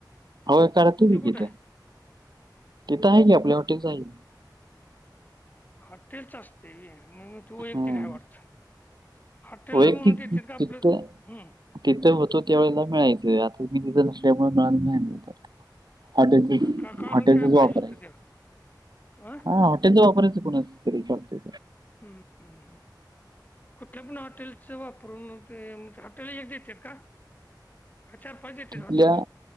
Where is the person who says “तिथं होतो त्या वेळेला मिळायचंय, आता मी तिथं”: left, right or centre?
Right